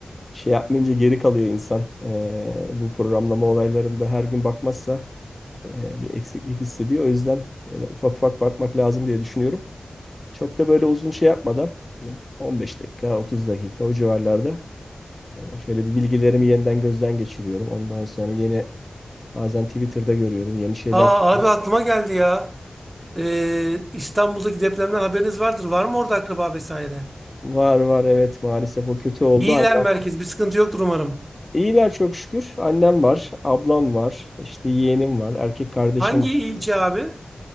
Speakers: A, on the left; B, on the right.
A: şey yapmayınca geri kalıyor insan. Ee, bu programlama olaylarında her gün bakmazsa e, bir eksiklik hissediyor. O yüzden böyle ufak ufak bakmak lazım diye düşünüyorum. Çok da böyle uzun şey yapmadan hani 15 dakika, 30 dakika o civarlarda e, şöyle bir bilgilerimi yeniden gözden geçiriyorum. Ondan sonra yeni Bazen Twitter'da görüyorum yeni şeyler
B: Aa
A: çıkıyor.
B: abi aklıma geldi ya. Ee, İstanbul'daki depremden haberiniz vardır. Var mı orada akraba vesaire?
A: Var var evet maalesef o kötü oldu.
B: İyiler
A: Annem.
B: merkez. Bir sıkıntı yoktur umarım.
A: İyiler çok şükür. Annem var, ablam var, işte yeğenim var, erkek kardeşim
B: Hangi
A: var.
B: ilçe abi?